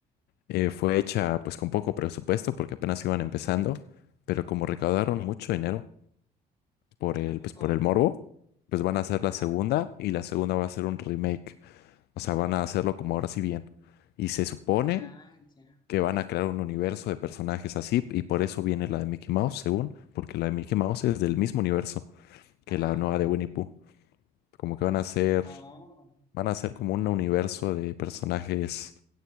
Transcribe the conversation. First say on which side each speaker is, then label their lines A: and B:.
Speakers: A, on the left; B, on the left.
A: eh, fue hecha pues con poco presupuesto porque apenas iban empezando, pero como recaudaron mucho dinero por el,
B: ¿A poco?
A: pues por el morbo, pues van a hacer
B: Ajá.
A: la segunda y la segunda va a ser un remake. O sea, van a hacerlo como ahora sí bien. Y se supone
B: Ah, ya.
A: que van a crear un universo de personajes así y por eso viene la de Mickey Mouse, según, porque la de Mickey Mouse es del mismo universo que
B: Ajá.
A: la nueva de Winnie Pooh. Como que van a ser,
B: Oh.
A: van a ser como un universo de personajes